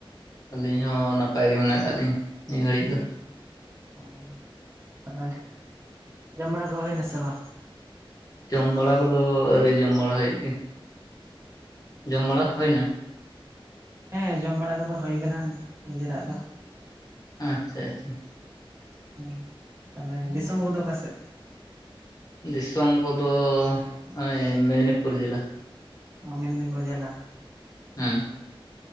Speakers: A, on the left (about 40°); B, on the right (about 30°).
A: ᱟᱹᱞᱤᱧ ᱦᱚᱸ ᱱᱟᱯᱟᱼᱭ ᱜᱮ ᱢᱮᱱᱟᱼᱜ ᱠᱟᱜ ᱞᱤᱧ ᱱᱤᱭᱟᱹ ᱜᱷᱟᱹᱲᱤᱡ ᱫᱚ᱾
B: ᱚ ᱛᱟᱦᱚᱸᱞᱮ ᱡᱚᱢ ᱵᱟᱹᱲᱟ ᱠᱚ ᱦᱩᱭ ᱱᱟᱹ ᱥᱮ ᱵᱟᱝ?
A: ᱡᱚᱢ ᱵᱟᱹᱲᱟ ᱠᱚᱫᱚᱹ ᱟᱹᱨᱤ ᱡᱚᱢ ᱵᱟᱹᱲᱟ ᱦᱩᱭᱩᱼᱜ ᱜᱮ-ᱭᱟ ᱡᱚᱢ ᱵᱟᱹᱲᱟ ᱦᱩᱭᱹᱱᱟ?
B: ᱦᱮᱸ ᱡᱚᱢ ᱵᱟᱹᱲᱟ ᱠᱚᱫᱚᱹ ᱦ ᱟᱠᱟᱱᱟ ᱱᱤᱡᱮᱨᱟᱜ ᱫᱚ᱾
A: ᱟᱼᱪᱷᱟ ᱟᱼᱪᱷᱟ᱾
B: ᱦᱩᱸ, ᱛᱟᱦᱚᱞᱮ, ᱫᱤᱥᱚᱢ ᱠᱚᱫᱚ ᱚᱠᱟᱹ ᱥᱮᱫ?
A: ᱫᱤᱥᱚᱢ ᱠᱚᱫᱚ, ᱱᱚᱜᱼᱚᱭ ᱢᱮᱫᱽᱱᱤᱯᱩᱨ ᱡᱮᱞᱟ ᱾
B: ᱚᱼ, ᱢᱤᱫᱽᱱᱤᱯᱩᱨ ᱡᱤᱞᱟ ᱾
A: ᱦᱮᱸ,